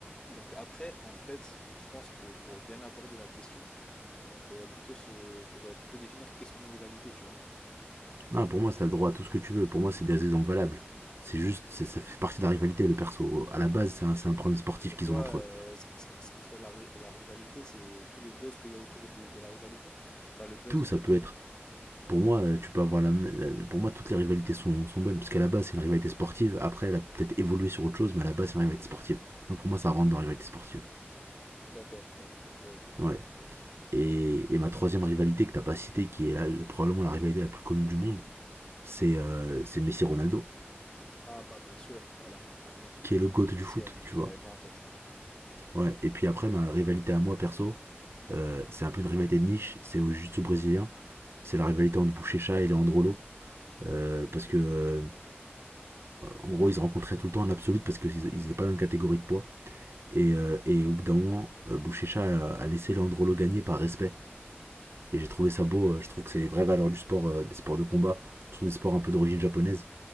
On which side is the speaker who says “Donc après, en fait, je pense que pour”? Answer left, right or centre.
Left